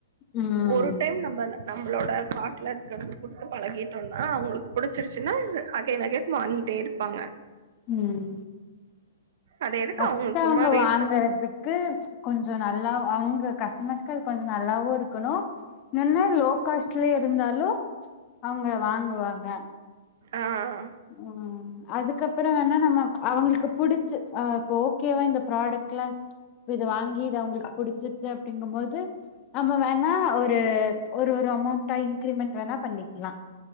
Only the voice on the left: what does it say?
ம்
உம்
ஃபஸ்ட்டு
அவ்ங்க
வாங்கறதுக்கு கொஞ்ச நல்லா அவ்ங்க கஸ்டமர்ஸ்கு அது கொஞ்ச நல்லாவு இருக்கணு இன்னோ லோ காஸ்ட்லே இருந்தாலு அவ்ங்க வாங்குவாங்க
உம் அதுக்கப்பறோ வேணா நம்ம அவ்ங்களுக்கு புடிச்சு அஹ் இப்ப ஓகேவா இந்த ப்ராடெக்ட்டு இத வாங்கி இது அவ்ங்களுக்கு புடிச்சிர் சச்சு அப்டிங்கும் போது நம்ம வேணா ஒரு ஓ ஒவ்வொரு அமௌண்டா இன்கிரிமென்ட் வேணா பண்ணிக்லா